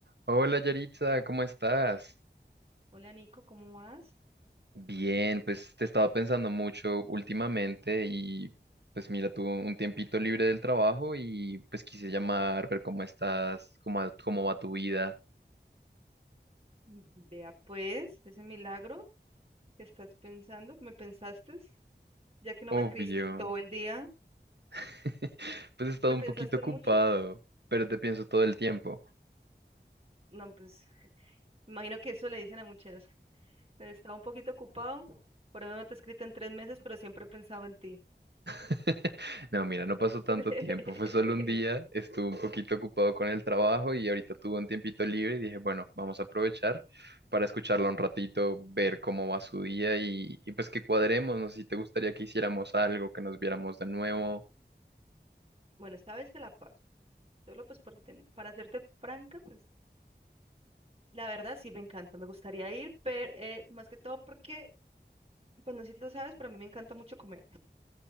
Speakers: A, on the right; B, on the right.
A: Hola Yaritza, ¿cómo estás?
B: Hola Nico, ¿cómo vas?
A: Bien, pues te he estado pensando mucho últimamente y pues mira, tuve un tiempito libre del trabajo y pues quise llamar, ver cómo estás, cómo, va- cómo va tu vida.
B: Vea pues, ese milagro que estás pensando, ¿me pensaste? Ya que no
A: Obvio.
B: me escribiste en todo el día,
A: <laughs> Pues he estado
B: ¿me
A: un
B: pensaste
A: poquito ocupado,
B: mucho?
A: pero te pienso todo el tiempo.
B: No, pues, me imagino que eso le dicen a muchas. Estaba un poquito ocupado, por eso no te he escrito en tres meses, pero siempre he pensado en ti.
A: <laughs> No, mira, no pasó tanto
B: <laughs>
A: tiempo, fue solo un día, estuve un poquito ocupado con el trabajo y ahorita tuve un tiempito libre y dije, bueno, vamos a aprovechar para escucharla un ratito, ver cómo va su día y, y pues que cuadremos, no sé si te gustaría que hiciéramos algo, que nos viéramos de nuevo.
B: Bueno, esta vez te la paso. Solo pues por el tema- para hacerte franca, pues la verdad sí me encanta, me gustaría ir, pero eh, más que todo porque, pues no sé si lo sabes, pero a mí me encanta mucho comer.